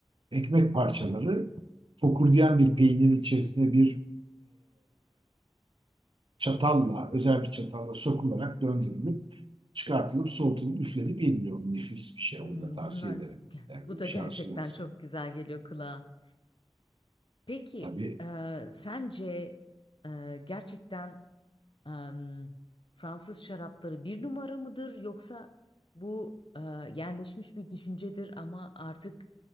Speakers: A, on the right; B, on the left.
A: ekmek parçaları fokurdayan bir peynirin içerisine bir çatalla, özel bir çatalla sokularak döndürülüp çıkartılıp soğutulup üflenip yeniliyor. Nefis bir şey. Onu
B: hmm,
A: da tavsiye
B: bunlar
A: ederim.
B: <laughs>
A: Yani
B: bu
A: bir
B: da
A: şansınız.
B: gerçekten çok güzel geliyor kulağa. Peki
A: Tabii.
B: e, sence e, gerçekten em, Fransız şarapları bir numara mıdır yoksa bu e, yerleşmiş bir düşüncedir ama artık